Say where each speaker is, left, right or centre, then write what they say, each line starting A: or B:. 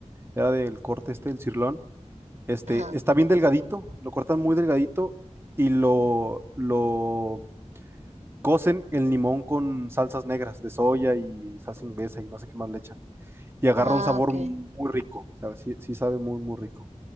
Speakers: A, on the right; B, on the right.
A: era del corte este del cirlón, este,
B: Ajá.
A: está bien delgadito, lo cortan muy delgadito y lo, lo cocen el limón con salsas negras de soya y salsa inglesa y no sé qué más le echan, y agarra
B: Ah,
A: un sabor
B: ok.
A: muy rico, o sea, sí, sí sabe muy, muy rico.